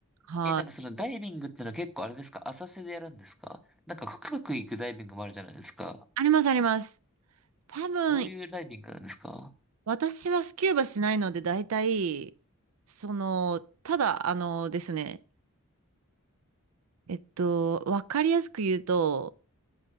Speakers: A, on the right (about 75°); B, in the centre.
A: はい。
B: え、なんかそのダイビングってのは結構あれですか浅瀬でやるんですかなんか深く行くダイビングもあるじゃないですか。
A: あります、あります。多分
B: どういうダイビングなんですか
A: 私はスキューバしないので、大体、その、ただ、あのですね、えっと、わかりやすく言うと、